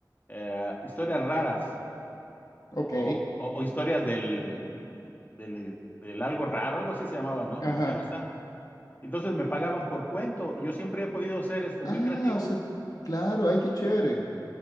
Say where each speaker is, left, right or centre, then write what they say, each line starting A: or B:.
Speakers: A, on the left (about 25°); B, on the left (about 55°).
A: eh, Historias Raras
B: ok.
A: o, o- o Historias del, del, del algo raro, algo así se llamaba, ¿no?
B: Ajá.
A: Ya no está. Entonces me pagaban por cuento y yo siempre he podido ser este, muy
B: Ah,
A: creativo
B: o sea, claro, ay, qué chévere.